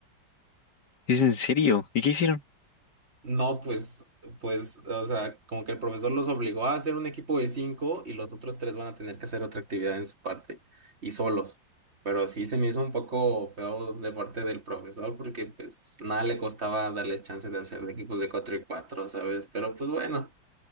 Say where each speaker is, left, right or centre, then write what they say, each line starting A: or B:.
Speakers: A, on the left; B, on the right.
A: ¿Es en serio? ¿Y qué hicieron?
B: No, pues, pues, o sea, como que el profesor los obligó a hacer un equipo de cinco y los otros tres van a tener que hacer otra actividad en su parte y solos. Pero sí se me hizo un poco feo de parte del profesor porque pues nada le costaba darles chance de hacer de equipos de cuatro y cuatro, ¿sabes? Pero pues bueno,